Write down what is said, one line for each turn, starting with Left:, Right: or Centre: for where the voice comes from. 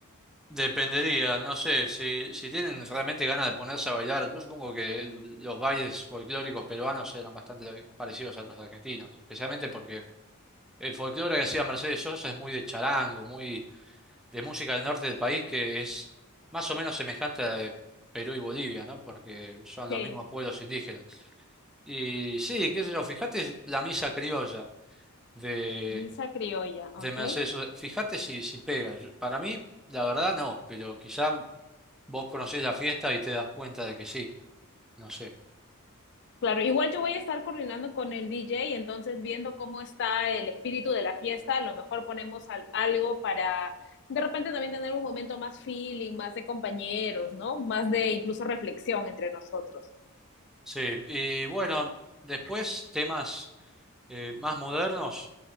Centre: dependería, no sé, si, si tienen realmente ganas de ponerse a bailar, yo supongo que el- los bailes folclóricos peruanos eran bastante parecidos a los argentinos, especialmente porque el folclore que hacía Mercedes Sosa es muy de charango, muy de música del norte del país, que es más o menos semejante a la de Perú y Bolivia, ¿no? Porque son
Left: Sí,
Centre: los mismos pueblos indígenas. Y sí, qué sé yo, fíjate la misa criolla. de,
Left: Misa Criolla,
Centre: de
Left: ok.
Centre: Mercedes. Sosa. Fíjate si, si pega. Yo- Para mí, la verdad no, pero quizá vos conocés la fiesta y te das cuenta de que sí. No sé.
Left: Claro, igual yo voy a estar coordinando con el DJ, entonces viendo cómo está el espíritu de la fiesta, a lo mejor ponemos al- algo para de repente también tener un momento más feeling, más de compañeros, ¿no? Más de incluso reflexión entre nosotros.
Centre: Sí, y bueno, después temas eh, más modernos.